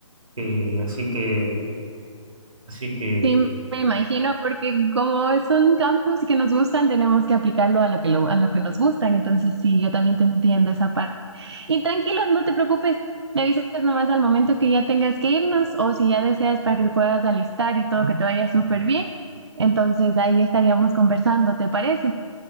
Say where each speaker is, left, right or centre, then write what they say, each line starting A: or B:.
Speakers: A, on the right (about 80°); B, on the right (about 55°).
A: Eh, así que, así que
B: Sí, me imagino, porque como son campos que nos gustan, tenemos que aplicarlo a lo que lo, a lo que nos gustan. Entonces, sí, yo también te entiendo esa parte. Y tranquilo, no te preocupes. Me avisas nomás al momento que ya tengas que irnos o si ya deseas para que te puedas alistar y todo que te vaya súper bien. Entonces, ahí estaríamos conversando, ¿te parece?